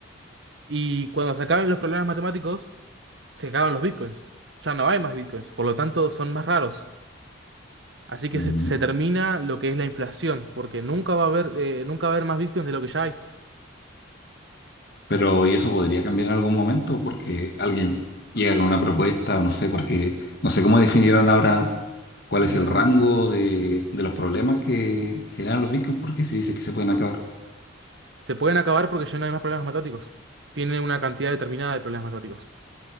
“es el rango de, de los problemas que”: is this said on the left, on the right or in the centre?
Left